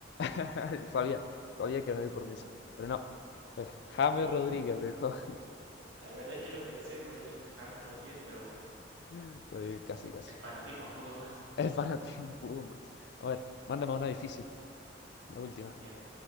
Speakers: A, on the left; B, on the right.
A: <laughs> Sabía, sabía que iba a ir por Messi, pero no, fue James
B: No,
A: Rodríguez, viejo.
B: la verdad es que lo pensé por Ja- James Rodríguez, pero bueno,
A: <laughs> Estoy casi, casi.
B: el fanatismo pudo más.
A: El fanatismo <laughs> pudo más. A ver, mándame una difícil, la última.
B: Bien,